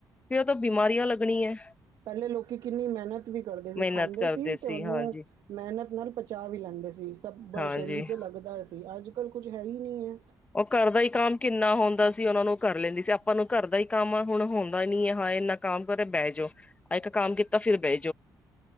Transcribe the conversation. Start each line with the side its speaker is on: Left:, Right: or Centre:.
Left: ਫੇਰ ਓ ਤਾਂ ਬਿਮਾਰੀਆਂ ਲਗਨੀਐ।
Right: ਪੈਲੇ ਲੋਕੀ ਕਿੰਨੀ ਮਿਹਨਤ ਵੀ ਕਰਦੇ ਸੀ,
Left: ਮਿਹਨਤ
Right: ਖਾਂਦੇ
Left: ਕਰਦੇ
Right: ਸੀ ਤੇ ਓਨੂੰ
Left: ਹਾਂਜੀ
Right: ਮਿਹਨਤ ਨਾਲ ਪਚਾ ਵੀ ਲੈਂਦੇ ਸੀ ਸਭ
Left: ਹਾਂਜੀ
Right: ਸਰੀਰ ਚ ਲੱਗਦਾ ਸੀ ਅੱਜ-ਕੱਲ ਕੁੱਝ ਹੈ ਈ ਨਈ ਐ।
Left: ਓ ਕਰ ਦਾ ਈ ਕੰਮ ਕਿੰਨਾ ਹੁੰਦਾ ਸ ਓਨਾਂ ਨੂੰ ਕਰ ਲੈਂਦੀ ਸੀ ਆਪਾਂ ਨੂੰ ਘਰ ਦਾ ਈ ਕੰਮ ਐ ਹੁਨ ਹੁੰਦਾ ਨੀ ਐ ਹਾਂ ਏਨਾ ਕੰਮ ਕਰੇ ਬਹ ਜਾਓ। ਇੱਕ ਕੰਮ ਕੀਤਾ ਫਿਰ ਬੈ